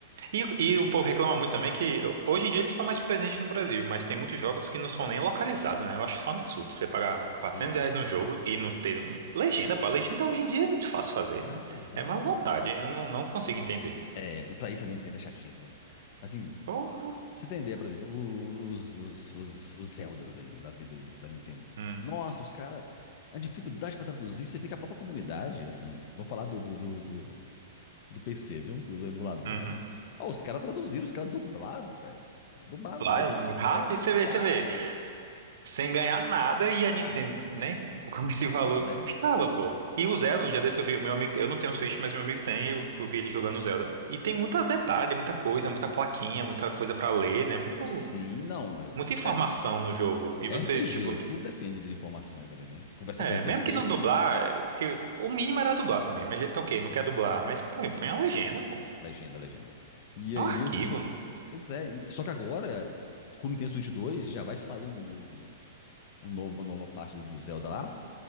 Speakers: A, on the right (about 65°); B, on the left (about 35°).
A: E, e o povo reclama muito também que hoje em dia eles estão mais presentes no Brasil, mas tem muitos jogos que não são nem localizados, né? Eu acho isso um absurdo. Você pagar
B: Sim.
A: 400 reais num jogo e não ter um... legenda, pô. Legenda hoje em dia é muito fácil fazer.
B: Ah, pois
A: É
B: é,
A: mais vontade.
B: velho.
A: Eu não, não consigo entender.
B: É, e pra isso a Nintendo é chatinha, viu? Assim,
A: Porra.
B: Pra você entender, por exemplo, o- os, os, os, os Zeldas aí, da vida aí, da Nintendo.
A: Hum.
B: Nossa, os caras. A dificuldade pra traduzir, você vê que a própria comunidade, assim. Vou falar do, do, do, do, do PC, viu? Do emulador,
A: Uhum.
B: né? Ó, os caras traduziram, os caras dublaram, velho. Dublaram,
A: Vai,
B: dublaram.
A: rápido,
B: É, dublaram,
A: você vê, você vê.
B: é,
A: sem ganhar nada e
B: nada.
A: a Nintendo, né? Como esse
B: Cara,
A: valor
B: pois é.
A: custava, pô. E o Zelda, um dia desse eu vi, meu amigo, eu não tenho Switch, mas meu amigo tem, e eu, eu vi ele jogando o Zelda. E tem muita detalhe, muita coisa, muita plaquinha, muita coisa pra ler, né? Muito,
B: Sim, não.
A: muita informação
B: É,
A: no jogo. E
B: é
A: você,
B: RPG,
A: tipo,
B: tudo depende de informações ali, né? Conversar
A: é,
B: com o NPC
A: mesmo que não dublar, é, que o mínimo era dublar também, mas tá ok, não quer dublar, mas põe, põe a legenda, pô.
B: Legenda, legenda. E aí,
A: É um arquivo.
B: assim.
A: né?
B: Pois é, e- só que agora, eh, com o Nintendo Switch 2, já vai sair um novo, um novo, uma nova parte do do Zelda lá.